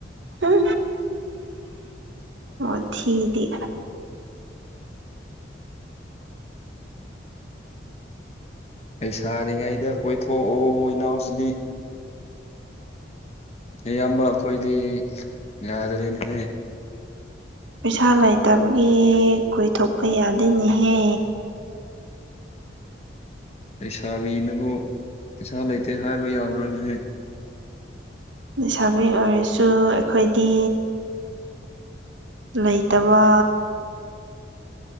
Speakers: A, on the right; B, on the left.
A: ꯎ ꯑꯣ ꯊꯤꯗꯤ
B: ꯂꯩꯁꯥꯔꯤꯉꯩꯗ ꯀꯣꯏꯊꯣꯛꯑꯣ ꯏꯅꯥꯎꯁꯤꯗꯤ ꯅꯌꯥꯝꯕ ꯑꯩꯈꯣꯏꯗꯤ ꯌꯥꯗꯔꯦꯅꯦꯍꯦ
A: ꯄꯩꯁꯥ ꯂꯩꯇꯕꯒꯤ ꯀꯣꯏꯊꯣꯛꯄ ꯌꯥꯗꯦꯅꯦꯍꯦ
B: ꯂꯩꯁꯥꯕꯤꯅꯕꯨ ꯄꯩꯁꯥ ꯂꯩꯇꯦ ꯍꯥꯏꯕ ꯌꯥꯕ꯭ꯔꯣ ꯅꯦꯍꯦ
A: ꯂꯩꯁꯥꯕꯤ ꯑꯣꯏꯔꯁꯨ ꯑꯩꯈꯣꯏꯗꯤ ꯂꯩꯇꯕ